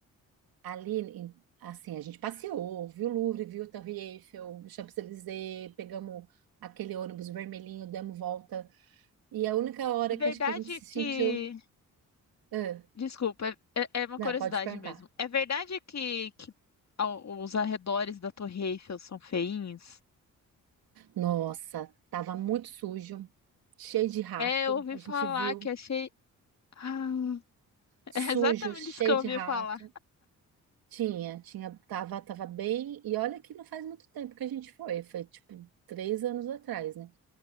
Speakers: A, on the right (about 80°); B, on the left (about 50°).
A: Ali, em- assim, a gente passeou, viu o Louvre, viu a Torre Eiffel, o Champs-Élysées, pegamos aquele ônibus vermelhinho, demos volta. E a única hora
B: A verdade
A: que acho que a gente se
B: é que
A: sentiu. Ah,
B: Desculpa, é, é é uma
A: não,
B: curiosidade
A: pode perguntar.
B: mesmo. É verdade que, que ao- os arredores da Torre Eiffel são feinhos?
A: Nossa, tava muito sujo, cheio de rato.
B: É, eu ouvi
A: A gente
B: falar
A: viu
B: que achei. Ah,
A: sujo,
B: é exatamente
A: cheio
B: isso que eu
A: de
B: ouvi
A: rato.
B: falar.
A: Tinha, tinha, tava, tava bem. E olha que não faz muito tempo que a gente foi, foi tipo três anos atrás, né?